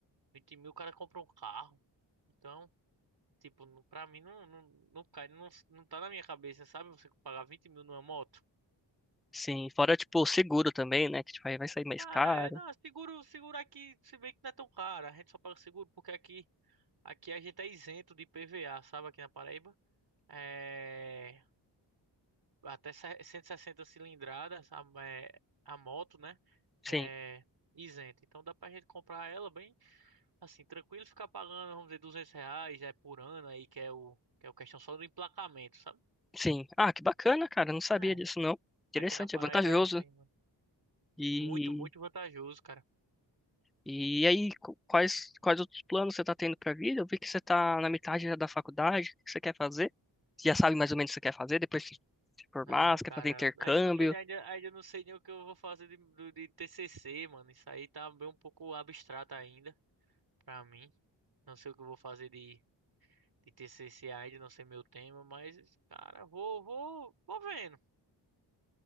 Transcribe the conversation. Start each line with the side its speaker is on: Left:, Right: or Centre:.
Right: 20 mil o cara compra um carro. Então, tipo, não- pra mim não, não, não cai, não, não tá na minha cabeça, sabe? Você pagar 20 mil numa moto.
Centre: Sim, fora, tipo, o seguro também, né? Que tipo, aí vai sair mais
Right: Ah,
Centre: caro.
Right: é, não, seguro, seguro aqui, se bem que não é tão caro, a gente só paga seguro porque aqui, aqui a gente é isento de PVA, sabe, aqui na Paraíba. É, até se- 160 cilindradas a, é, a moto, né,
Centre: Sim,
Right: é isento. Então dá pra gente comprar ela bem, assim, tranquilo, ficar pagando, vamos dizer, 200 reais é, por ano aí, que é o, que é o questão só do emplacamento, sabe?
Centre: sim. Ah, que bacana, cara. Não sabia
Right: É,
Centre: disso, não. Interessante,
Right: aqui na Paraíba
Centre: é vantajoso.
Right: é assim, mano.
Centre: E,
Right: Muito, muito vantajoso, cara.
Centre: e aí, qu- quais, quais outros planos você tá tendo pra vida? Eu vi que você tá na metade já da faculdade. O que você quer fazer? Você já sabe mais ou menos o que você quer fazer depois de se formar?
Right: Não,
Centre: Você
Right: cara,
Centre: quer fazer intercâmbio?
Right: ainda não sei, ainda, ainda não sei nem o que eu vou fazer de, do- de TCC, mano. Isso aí tá bem um pouco abstrato ainda pra mim. Não sei o que eu vou fazer de, de TCC ainda, não sei meu tema, mas, cara, vou, vou, vou vendo.